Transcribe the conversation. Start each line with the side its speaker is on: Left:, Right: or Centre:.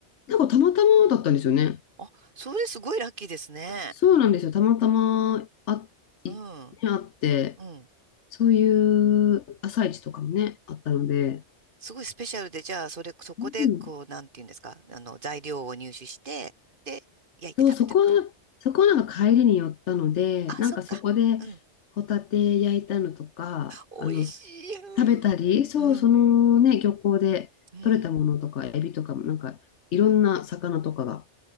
Left: なんかたまたまだったんですよね。
Right: あ、それすごいラッキーですね。
Left: そうなんですよ。たまたまあ、いねあって、
Right: うん。うん。
Left: そういう朝市とかもね、あったので、
Right: すごいスペシャルで、じゃあ、それ、そこで、
Left: うん
Right: こう、なんていうんですかあの、材料を入手して、で、焼いて食べたみたい。
Left: そう、そこ、そこなんか帰りに寄ったので、
Right: あ、
Left: なんかそこでホタテ焼いたのとか、
Right: そっか。うん。美味しい。
Left: あの、
Right: うん。
Left: 食べたり、そう、
Right: うん。
Left: そのね、漁港で取れたものとか、
Right: うん。
Left: エビとかも、なんかいろんな魚とかが